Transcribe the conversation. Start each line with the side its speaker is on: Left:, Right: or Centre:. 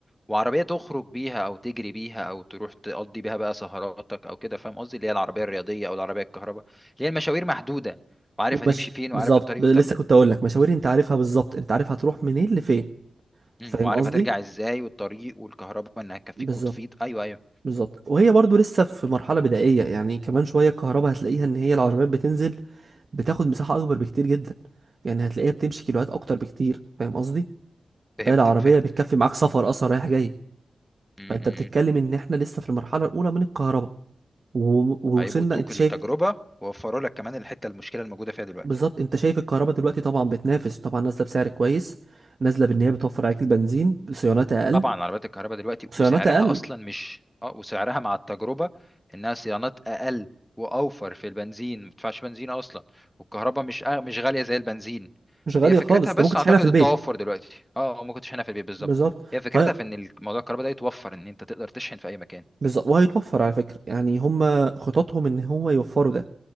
Centre: وعربيه تخرج بيها او تجري بيها او تروح تقضي بيها بقى سهراتك او كده فاهم قصدي اللي هي العربيه الرياضيه او العربيه الكهرباء اللي هي المشاوير محدوده وعارف
Right: ومش
Centre: هتمشي فين وعارف
Right: بالظبط
Centre: الطريق
Right: ب-
Centre: وبتاع
Right: لسه كنت اقول لك مشاوير انت عارفها بالظبط انت عارف هتروح منين لفين
Centre: مم.
Right: فاهم
Centre: وعارف
Right: قصدي
Centre: هترجع ازاي والطريق والكهرباء انها تكفيك
Right: بالظبط
Centre: وتفيض ايوه ايوه
Right: بالظبط وهي برضو لسه في مرحلة بدائية يعني كمان شوية الكهرباء هتلاقيها ان هي العربيات بتنزل بتاخد مساحة اكبر بكتير جدا يعني هتلاقيها بتمشي كيلوات اكتر بكتير فاهم قصدي
Centre: فهمتك
Right: تلاقي العربية
Centre: فهمتك
Right: بتكفي معاك سفر اصلا رايح جاي
Centre: مم. مم،
Right: فانت
Centre: مم.
Right: بتتكلم ان احنا لسه في المرحله الاولى من الكهرباء و- ووصلنا
Centre: هيبقوا ادوك
Right: انت شايف
Centre: التجربه ووفروا لك كمان الحته المشكله الموجوده فيها دلوقتي
Right: بالظبط انت شايف الكهرباء دلوقتي طبعا بتنافس طبعا نازله بسعر كويس نازله بان هي بتوفر عليك البنزين بصيانات اقل
Centre: طبعا عربيات الكهرباء دلوقتي
Right: صيانات
Centre: وسعرها
Right: اقل
Centre: اصلا مش اه وسعرها مع التجربه انها صيانات اقل واوفر في البنزين ما بتدفعش بنزين اصلا والكهرباء مش أغ... مش غاليه زي البنزين
Right: مش غاليه
Centre: هي فكرتها
Right: خالص انت
Centre: بس
Right: ممكن تشحنها
Centre: اعتقد
Right: في البيت
Centre: التوفر دلوقتي اه آه، ما كنتش هنا في البيت بالظبط
Right: بالظبط
Centre: هي فكرتها
Right: فهي
Centre: في ان الموضوع الكهرباء ده يتوفر ان انت تقدر تشحن في اي مكان
Right: بالظبط وهيتوفر على فكره يعني هم خططهم ان هم يوفروا ده